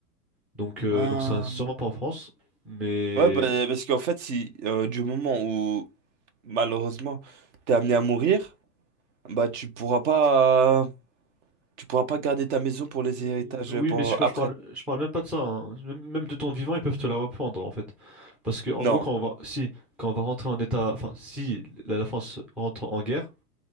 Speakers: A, in the centre; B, on the right (about 50°).
A: Donc, euh,
B: Ah.
A: donc, ça sera sûrement pas en France. Mais
B: Ouais, bah, parce qu'en fait, si euh, du moment où malheureusement t'es amené à mourir, bah tu pourras pas Tu pourras pas garder ta maison pour les
A: Mm,
B: héritages
A: oui,
B: euh, pour
A: mais je,
B: après.
A: je parle, je parle même pas de ça. hein. Même même de ton vivant, ils peuvent te la reprendre en fait, parce que en
B: Non.
A: gros, quand on va, si, quand on va rentrer en état, enfin, si la la France rentre en guerre,